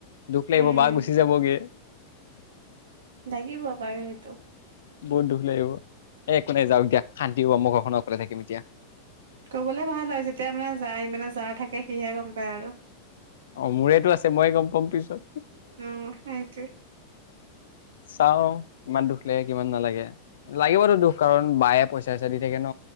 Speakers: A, on the left; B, on the right.
A: দুখ লাগিব
B: উম
A: বা গুচি যাবগে।
B: লাগিব বাৰু সেইটো
A: বহুত দুখ লাগিব এ একো নাই যাওক দিয়া শান্তি হব মো ঘৰখনত অকলে থাকিম এতিয়া।
B: ক'বলে ভাল হয়। যেতিয়া মানে যাৰ মানে যাৰ থাকে সিহে ক'ম বাৰ
A: অ মোৰেতটো আছে মই গম পাম পিছত
B: অ সেইটোৱে
A: চাও কিমান দুখ লাগে কিমান নালাগে লাগিবতো দুখ কাৰণ বায়ে পইচা চইচা দি থাকে ন।